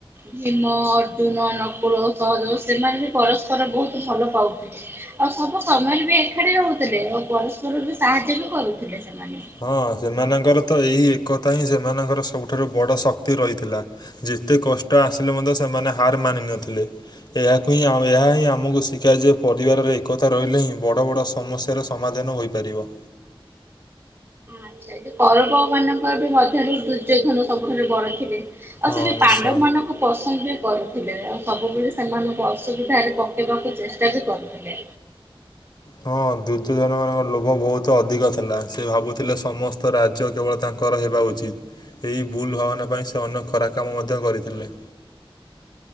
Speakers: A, on the right; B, on the left.
A: ଭୀମ ଅର୍ଜୁନ ନକୁଳ ସହଜ ସେମାନେ ବି ପରସ୍ପର ବହୁତ ଭଲ ପାଉଥିଲେ। ଆଉ ସବୁ ସମୟରେ ବି ଏକାଠି ରହୁଥିଲେ ଆଉ ପରସ୍ପର ବି ସାହାଯ୍ୟ ବି କରୁଥିଲେ ସେମାନେ।
B: ହଁ ସେମାନଙ୍କର ତ ଏହି ଏକତା ହିଁ ସେମାନଙ୍କର ସବୁଠାରୁ ବଡ଼ ଶକ୍ତି ରହିଥିଲା। ଯେତେ କଷ୍ଟ ଆସିଲେ ମଧ୍ୟ ସେମାନେ ହାର ମାନିନଥିଲେ। ଏହାକୁ ହିଁ ଏହା ହିଁ ଆମକୁ ଶିଖାଏ ଯେ ପରିବାରରେ ଏକତା ରହିଲେ ହିଁ ବଡ଼ ବଡ଼ ସମସ୍ୟାର ସମାଧାନ ହୋଇପାରିବ।
A: ଆଛା ଏ କରବ ମାନଙ୍କ ବି ମଧ୍ୟରୁ ଦୁର୍ଯ୍ୟୋଧନ ସବୁଠାରୁ ବଡ ଥିଲେ।
B: ହଁ
A: ଆଉ ସେ ପାଣ୍ଡବ
B: ନିଶ୍ଚୟ।
A: ମାନଙ୍କୁ ପସନ୍ଦ ବି କରୁଥିଲେ ଆଉ ସବୁବେଳେ ସେମାନଙ୍କୁ ଅସୁବିଧାରେ ପକେଇବାକୁ ଚେଷ୍ଟା ବି କରୁଥିଲେ।
B: ହଁ ଦୁର୍ଯ୍ୟୋଧନ ମାନଙ୍କର ଲୋଭ ବହୁତ ଅଧିକ ଥିଲା ସେ ଭାବୁଥିଲେ ସମସ୍ତ ରାଜ୍ୟ କେବଳ ତାଙ୍କର ହେବା ଉଚିତ୍ ଏହି ଭୁଲ୍ ଭାବନା ପାଇଁ ସେ ଅନ୍ୟ ଖରା କାମ ମଧ୍ୟ କରିଥିଲେ।